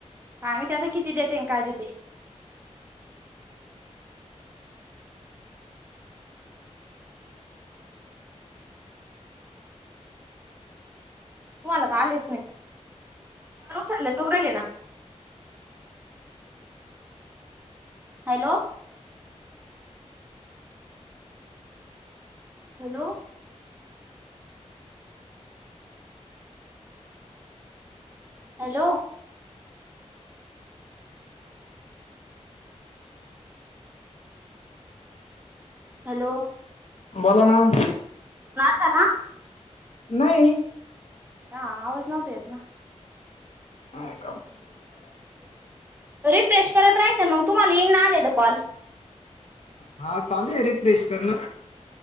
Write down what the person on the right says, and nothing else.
काय मीहिती आता किती देते काय देते तुम्हाला तर आलेच नाही चालले दरले ना <inaudible> हॅलो हॅलो हॅलो हॅलो
का का
हा आवाज नव्हतो येत ना
रिफ्रेश करत राहायचं ना मग तुम्हाला येईन नाही आले तर कॉल <inaudible>